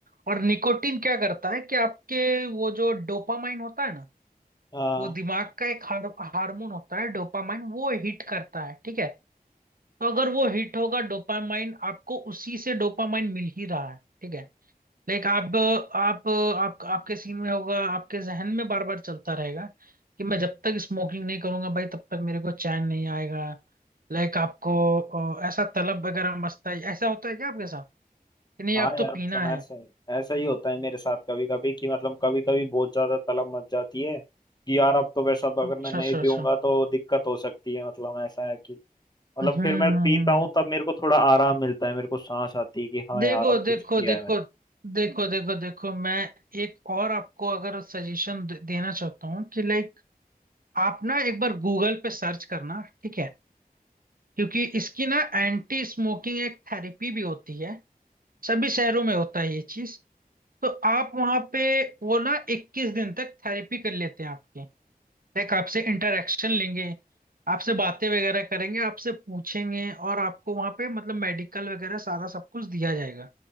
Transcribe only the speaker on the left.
हाँ
हाँ
यार
मतलब
ऐसे ऐसा ही होता है मेरे साथ कभी कभी कि मतलब कभी कभी बहुत ज्यादा तलब मच जाती है कि यार अब तो वैसा अब अगर
मैं नहीं
पीऊंगा
तो दिक्कत हो सकती है मतलब ऐसा है कि मतलब
फिर
मैं
पीता हूँ
तब मेरे को थोड़ा आराम मिलता है मेरे को सांस आती है कि हाँ
यार अब
कुछ किया
है मैंने